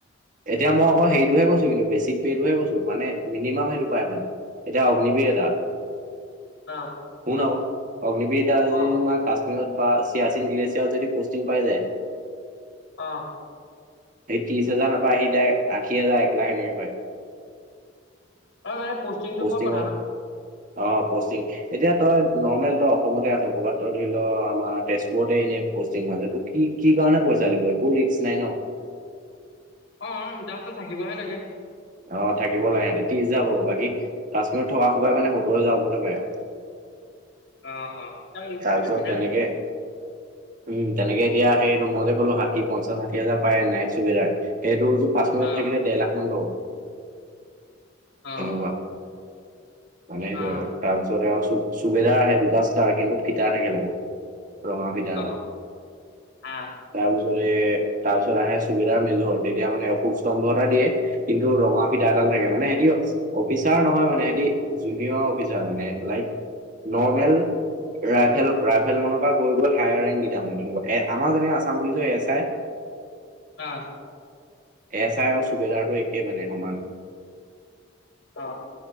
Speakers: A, on the right; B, on the left.
A: এতিয়া মই আকৌ সেইটোহে কৈছো কিন্তু বেছিক পেটোহে কৈছো মানে মিনিমাম সেইটো পাই মানে এয়া অগ্নিবৰ এটা
B: অ
A: শুন আক অগ্নিবিৰ এটা যদি
B: ক অ
A: কাশ্মীৰত বা চিয়াচিন গ্লেছিয়াৰত যদি পষ্টিং পাই যায়
B: অ
A: সেই ত্ৰিশ হেজাৰ নাপায় সি দাৰেক আশী হাজাৰ একলাখ এনেকৈ পায়।
B: অ মানে পষ্টিংটোৰ
A: পষ্টিঙৰ
B: ওপৰত কথা ন।
A: অ পষ্টিং এতিয়া তই নৰ্মেল তই অসমতে আছ কবাত ধৰি ল আমাৰ তেজপুৰতে এনেই পষ্টিং হৈ যদি কি কাৰণে পইচা দিব একো ৰিস্ক নাই ন।
B: অ জাষ্ট তাত থাকিবহে লাগে
A: অ থাকিব লাগে সিহঁতে ত্ৰিশ হাজাৰ পাব বাকী কাশ্মীৰত থকা সোপাই মানে সওৰ হাজাৰ ওপৰতে পাই।
B: অ অ তাৰ
A: তাৰপিছত
B: গছে ন
A: তেনেকে উম তেনেকে এতিয়া সেইটো মই যে ক'লো ষাঠি, পঞ্চাশ, ষাঠি, হাজাৰ পাৰে নাইট চুবেদাৰ সেইটো পাঁচ মিনট
B: অ
A: থাকিলে ডেৰলাখ মান পাব।
B: অ
A: তেনেকুৱা মানে সটো
B: অ
A: আৰু তাৰপিছত আৰু চুবেধা আহে দু দচটা কিন্তু ফিটা থাকে লগত। ৰঙা ফিদা
B: অ
A: এডাল
B: আহ
A: তাৰ তাৰপিছত আহে চুবেদাৰ মেজৰ তেতিয়া মানে অশুভ স্তম্ভ এটা দিয়ে কিন্তু ৰঙা ফিঠা এটা থাকে মানে সহতি অফিচাৰ নহয় মানে সিহতি জুনিয়ৰ অফিচাৰ মানে লাইক নৰ্মেল। ৰাইভেল ৰাইভেল মনৰ পৰা গৈ গৈ হায়াৰ ৰেংকেইটামানে তেনেকুৱা এ আমাৰ যেনে আছাম বুলিছ এছ আই।
B: আহ।
A: এচ আই আৰু চুবেদাৰটো একেই মানে সমান।
B: অ।